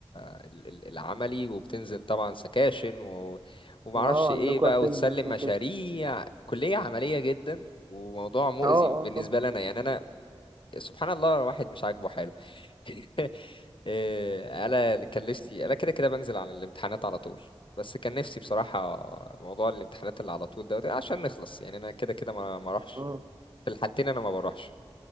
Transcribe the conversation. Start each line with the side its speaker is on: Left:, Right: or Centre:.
Left: ال- ال- العملي وبتنزل طبعا سكاشن و... ومعرفش
Right: اه
Left: ايه
Right: عندكوا
Left: بقى
Right: اتندنس
Left: وتسلم
Right: وكده
Left: مشاريع كلية عملية جدا وموضوع مؤذي
Right: اه اه
Left: بالنسبة
Right: طبعا
Left: لنا يعني انا سبحان الله الواحد مش عاجبه حاله <laughs> إيه، انا اللي كان نفسي انا كده كده بنزل على الامتحانات على طول بس كان نفسي بصراحة موضوع الامتحانات اللي على طول ده عشان نخلص يعني انا كده كده ما ما اروحش
Right: مم.
Left: في الحالتين انا ما بروحش